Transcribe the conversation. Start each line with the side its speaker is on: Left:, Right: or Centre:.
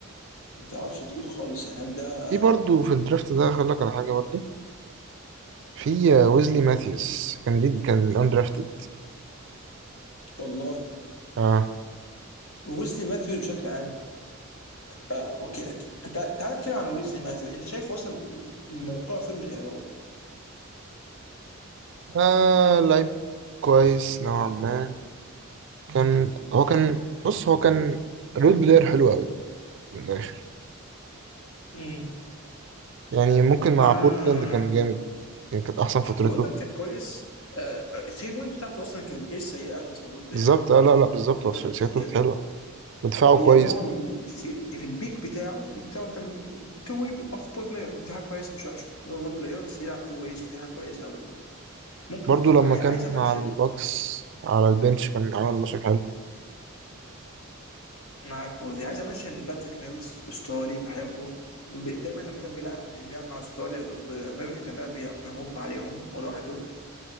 Left: ما تعرفش تقول خالص يعني هل ده
Right: في برضه في الدرافت ده هقول لك على حاجة برضه في آه، ويزلي ماثيوس كان جد كان اندرافتد
Left: والله
Right: اه
Left: ويزلي ماثيوز بشكل عام آه، اوكي تع- تعال نتكلم عن ويزلي ماثيوز انت شايف اصلا موقعه فين من الاعراب؟
Right: آه لعيب كويس نوعا ما كان هو كان بص هو كان رول بلاير حلو قوي من الآخر
Left: امم
Right: يعني ممكن مع
Left: آه.
Right: بورتلاند كان جامد كان كانت أحسن فترته
Left: عموما كان كويس آه، الثري بوينت بتاعته اصلا كانت ما كانتش سيئه بالنسبه للو بلاير
Right: بالظبط اه لا لا بالظبط هو ثلاثياته
Left: كان كان
Right: كانت حلوة ودفاعه
Left: يعني
Right: كويس
Left: هو م- في في البيك بتاعه في البيك بتاعه كان تو واي اوف بول بلاير ودي حاجه كويسه مش وحشه إن هو بول بلاير بس بيلعب تو ويز فدي حاجه كويسه قوي ممكن
Right: برضو
Left: برضه
Right: لما
Left: عاي-
Right: كان
Left: عايز امنشن
Right: مع الباكس على البنش كان عامل موسم حلو
Left: معاك بوزي عايز امنشن باتريك ميلز استرالي بحبه ب- دايما لما كان بيلعب بيلعب مع استراليا ضد امريكا كان دايما بي- بيحط عليهم لوحده